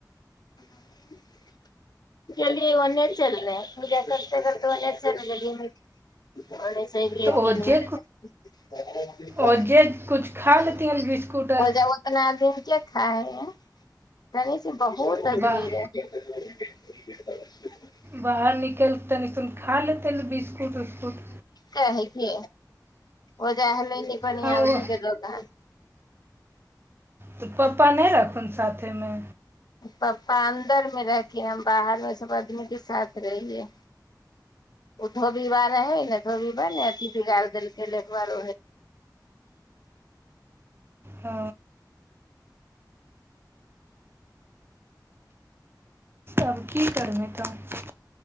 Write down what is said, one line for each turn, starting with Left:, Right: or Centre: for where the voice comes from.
Left: <inaudible> गेलिये ओन चलै पूजा करते करते ओन चल आर अयसे ही
Right: तऽ
Left: तीन
Right: ओजे
Left: बजे तक ओ
Right: ओजे कुछ खा लेतियन
Left: जबाना
Right: बिस्कुट आर
Left: अपनादम किया खाए हैं रहे छै बहुत आदमी
Right: बाह
Left: रहैै <inaudible>
Right: बाहर नीकैल तनिसन खा लेतै बिस्कुट उस्कुट
Left: कहै की ओजा हलै बढ़आीक
Right: हँ ओ
Left: जग
Right: तऽ पप्पा नहि रहथून साथे मे
Left: पप्पा अन्दर मे रहथिन हम बाहर मे सब आदमी के साथ रहिये ओ धोबी बार रहै ने धोबी बा ने अथी बिगार देलक एकार
Right: ओ आब की करबे तऽ